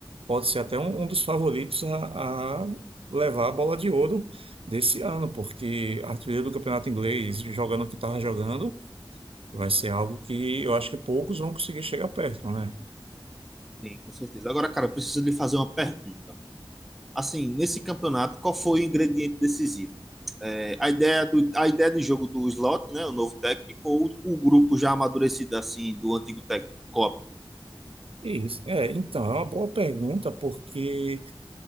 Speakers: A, on the right (about 80°); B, in the centre.
A: pode ser até um, um dos favoritos a, a levar a bola de ouro desse ano, porque artilheiro do campeonato inglês, jogando o que estava jogando, vai ser algo que eu acho que poucos vão conseguir chegar perto, né?
B: sim, com certeza. Agora, cara, eu preciso lhe fazer uma pergunta. Assim, nesse campeonato, qual foi o ingrediente decisivo? É, a ideia do, a ideia de jogo do Slot, né, o novo técnico, ou o grupo já amadurecido assim do antigo técnico Klopp?
A: Isso. É, então, é uma boa pergunta, porque